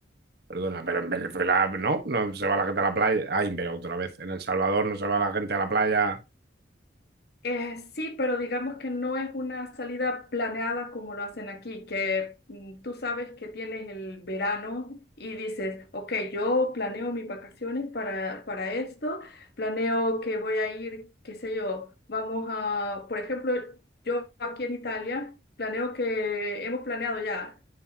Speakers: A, on the right; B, on the left.
A: Perdona, pero en Venezuela no, no se va la gente a la playa. Ay, pero otra vez, en El Salvador no se va la gente a la playa.
B: Eh, sí, pero digamos que no es una salida planeada como lo hacen aquí, que mm, tú sabes que tienes el verano y dices, ok, yo planeo mis vacaciones para, para esto, planeo que voy a ir, qué sé yo, vamos a, por ejemplo, yo aquí en Italia, planeo que hemos planeado ya,